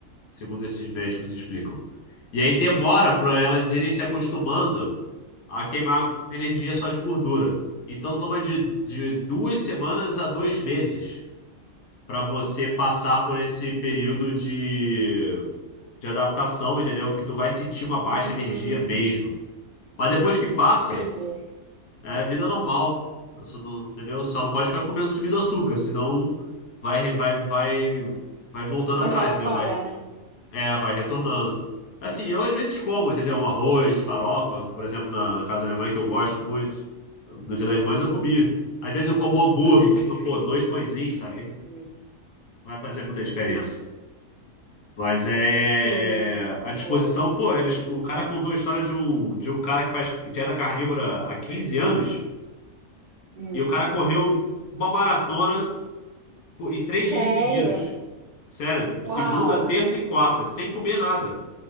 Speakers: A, on the left (about 85°); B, on the right (about 65°).
A: segundo esses médicos explicam. E aí demora
B: hum,
A: para elas irem se acostumando a queimar energia só de gordura. Então toma de, de duas semanas a dois meses para você passar por esse período de, de adaptação, entendeu? Que tu vai sentir uma baixa
B: hum,
A: energia mesmo. Mas depois que passa,
B: entendi.
A: é vida normal. Eu só não- entendeu? Só não pode ficar comendo subindo açúcar, senão vai, vai, vai, vai voltando
B: Vai
A: atrás,
B: jogar
A: entendeu?
B: fora,
A: Vai,
B: né?
A: é, vai retornando. Assim, eu às vezes como, entendeu? Um arroz, farofa, por exemplo, na, na casa da minha mãe, que eu gosto muito. No Dia das Mães eu comi. Às vezes eu como hambúrguer, que são, pô, dois pãezinhos, sabe? Que Não
B: Hum,
A: vai fazer muita diferença.
B: sim,
A: Mas é.
B: sim,
A: A disposição,
B: pô.
A: pô, eles, o cara contou a história de um, de um cara que faz dieta carnívora há 15 anos.
B: Hum.
A: E o cara correu uma maratona por- em três
B: Sério?
A: dias seguidos. Sério, segunda,
B: Uau!
A: terça e quarta, sem comer nada.